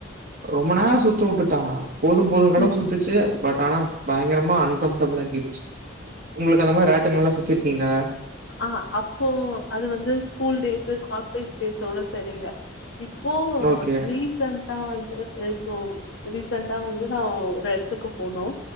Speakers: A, on the right; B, on the left.
A: ரொம்ப நேரோ சுத்த உட்டுட்டா போதும் போதுங்றளவுக்
B: ம்
A: சுத்துச்சு பட் ஆனா பயங்கரமா அன்கம்ஃப்டபிள் ஆகிடுச்சு உங்குளுக்கு அந்த மாதிரி ராட்டினோல்லா சுத்திரு லா
B: ஆஹ் அப்போ அது வந்து ஸ்கூல் டேஸ்ஸு காலேஜ் டேஸோட சரிங்க ஓ
A: ஓகே,
B: ரீசண்டா வந்து இப்போ ரிசண்ட் டா வந்து நா ஒரெடத்துக்கு போனோம்